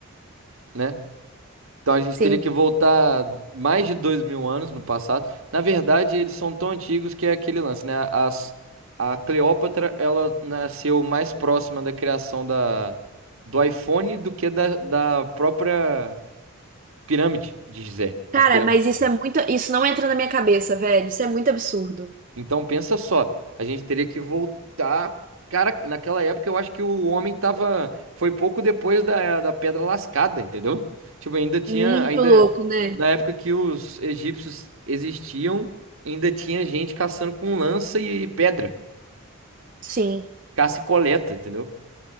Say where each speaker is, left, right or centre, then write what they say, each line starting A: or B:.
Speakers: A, on the right (about 65°); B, on the right (about 35°).
A: né? Então a gente
B: Sim.
A: teria que voltar mais de dois mil anos no passado. Na verdade, eles são tão antigos que é aquele lance, né? As, a Cleópatra, ela nasceu mais próxima da criação da, do iPhone do que da, da própria pirâmide de Gizé, as
B: Cara,
A: pirâmides
B: mas isso
A: de Gizé.
B: é muito. Isso não entra na minha cabeça, velho. Isso é muito absurdo.
A: Então pensa só, a gente teria que voltar. Cara, naquela época eu acho que o homem tava. Foi pouco depois da, da Pedra Lascada, entendeu? Tipo, ainda tinha.
B: Muito
A: Ainda.
B: louco, né?
A: Na época que os egípcios existiam, ainda tinha gente caçando com lança e pedra.
B: Sim.
A: Caça e coleta, entendeu?